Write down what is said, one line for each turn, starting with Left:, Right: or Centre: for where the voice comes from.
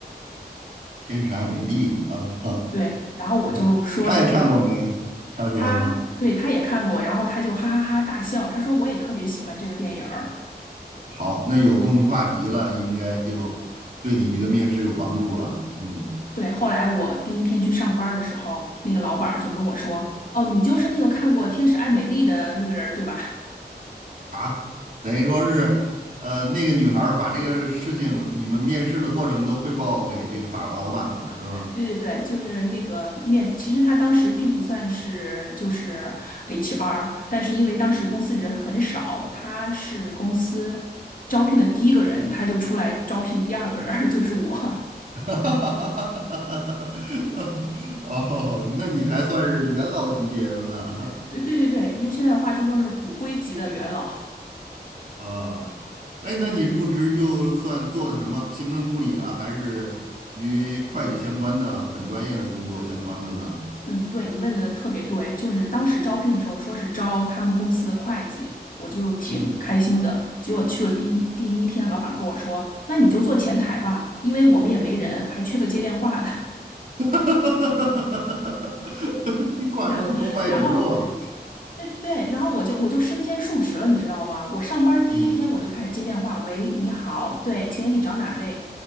Right: 天使爱美丽啊，
Left: 对，然后我就说了这，
Right: <laughs> 他也看过没？他说
Left: 他对他也看过，然后他就哈哈哈大笑，他说：“我也特别喜欢这个电影儿。”
Right: <laughs> 好，那有共同话题了，应该就对你这个面试有帮助了，嗯，
Left: 对，后来我第一天去上班儿的时候，那个老板儿就跟我说：“哦，你就是那个看过《天使艾米丽》的那个人儿，对吧？”
Right: 啊，等于说是，呃，那个女孩儿把这个事情你们面试的过程都汇报给这个法国老板了，是吧？
Left: 对对对，就是那个面，其实他当时并不算是就是 HR，但是因为当时公司人很少，他是公司招聘的第一个人，他就出来招聘第二个人儿 <laughs> 就是我。
Right: <laughs> 哈，哦，那你还算是元老级别的呢。
Left: <laughs> 对对对对，用现在的话就说是骨灰级的元老。
Right: <laughs> 啊，哎，那你入职就算做的什么？行政助理啊，还是与会计相关的本专业的工作相关的呢？
Left: 嗯，对，你问的特别对，就是当时招聘的时候说是招他们公司的会计，我就挺开心的。
Right: 嗯，
Left: 结果去了第一第一天，老板跟我说：“那你就做前台吧，因为我们也没人，还缺个接电话的。”
Right: <laughs> 你挂羊头卖狗肉啊。
Left: 然然后对对，然后我就我就身兼数职了，你知道吗？我上班第一天我就开始接电话，
Right: 嗯
Left: 喂，你好，对，请问你找哪位？